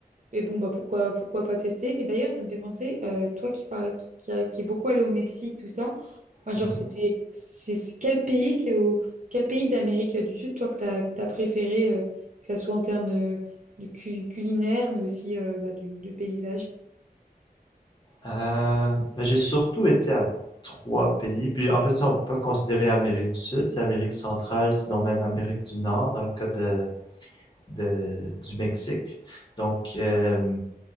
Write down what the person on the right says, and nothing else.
Mais bon, bah pourquoi, pourquoi pas tester? Mais d'ailleurs, ça me fait penser, euh, toi qui parles, qui, qui, a- qui est beaucoup allé au Mexique, tout ça, moi,
genre, c'était, c'est c'est quel pays, que- ou quel pays d'Amérique du Sud, toi, que t'as, que t'as préféré, euh, que ça soit en termes de, de cu- culinaire, mais aussi euh, bah, du, de paysage?